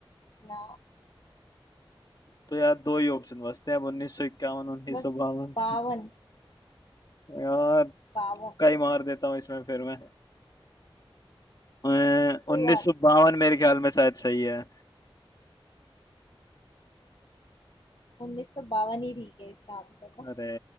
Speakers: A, on the left; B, on the left.
A: ना
B: तो यार दो ही ऑप्शन बचते हैं अब 1951 1952
A: बस बावन
B: यार
A: बावन
B: कई
A: है
B: मार देता हूँ इसमें फिर मैं उन्नीस
A: कोई बात
B: सौ
A: नहीं
B: बावन मेरे ख्याल में शायद सही है
A: उन्नीस सौ बावन ही ठीक है इसका आंसर ना
B: अरे